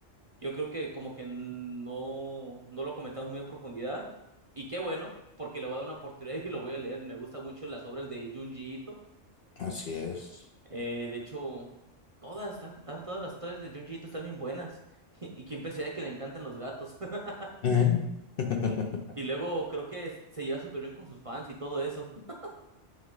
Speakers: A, on the right; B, on the left.
A: yo creo que como que no, no lo comentamos muy a profundidad. Y qué bueno, porque le voy a dar una oportunidad <laughs> y lo voy a leer. Me gustan mucho las obras de Junji Ito.
B: Así es.
A: Eh, de hecho, todas, están- están- todas las historias de Junjiito están bien buenas. <laughs> Y quién pensaría que le encantan los gatos. <laughs>
B: ¿Eh? <laughs>
A: Es un- Y luego creo que se lleva súper bien con sus fans y todo eso. <laughs>